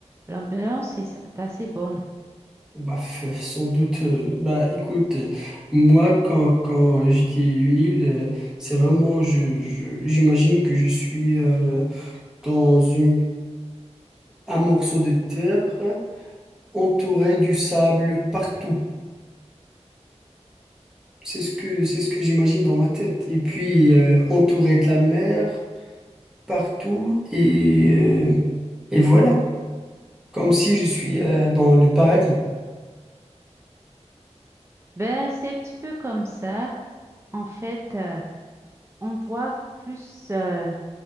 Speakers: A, on the right; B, in the centre.
A: l'ambiance est sa- assez bonne.
B: Bah, f- sans doute. euh, bah, écoute, euh, moi, quand, quand je dis une île, euh, c'est vraiment, je, je- j'imagine que je suis euh, dans une, un morceau de terre entouré du sable partout. C'est ce que, c'est ce que j'imagine dans ma tête. Et puis, euh, entouré de la mer partout, et, euh, et voilà, comme si je suis euh, dans le paradis.
A: Ben, c'est un petit peu comme ça. En fait, euh, on voit plus. euh,